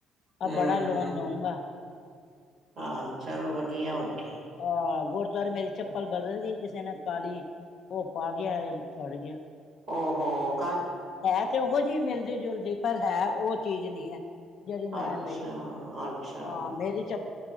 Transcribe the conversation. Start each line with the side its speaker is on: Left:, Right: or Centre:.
Left: ਆ
Right: ਹਮ
Left: ਬੜਾ ਲੋਨ
Right: ਹਮ
Left: ਲਊਂਗਾ।
Right: ਹਾਂ ਚਲੋ ਵਧੀਆ ਹੋਰ, <unintelligible>
Left: ਅ ਗੁਰਦੁਆਰੇ ਮੇਰੀ ਚੱਪਲ ਬਦਲ ਗਈ ਕਿਸੇ ਨਾਲ ਕਾਹਲੀ ਉਹ ਪਾ ਗਿਆ ਚੜ ਗਿਆ।
Right: ਔਹੋ,
Left: ਹੈ ਤੇ ਉਹੋ ਜਿਹੀ ਮਿਲਦ ਮਲਦੀ ਜੁਲਦੀ ਪਰ ਹੈ ਉਹ ਚੀਜ਼ ਨਹੀਂ ਹੈ। ਜਿਹੜੀ ਮੈਂ
Right: ਅੱਛਾ
Left: ਲਈ ਸੀ
Right: ਅੱਛਾ
Left: ਆਹ ਮੇਰੀ ਚੱ